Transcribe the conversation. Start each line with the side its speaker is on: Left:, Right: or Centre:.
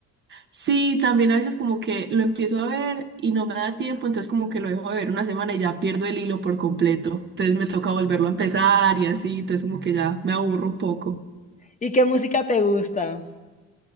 Right: Sí, también a veces como que lo empiezo a ver y no me da tiempo, entonces como que lo dejo de ver una semana y ya pierdo el hilo por completo. Entonces me toca volverlo a empezar y así, entonces como que ya me aburro un poco.
Left: ¿Y qué música te gusta?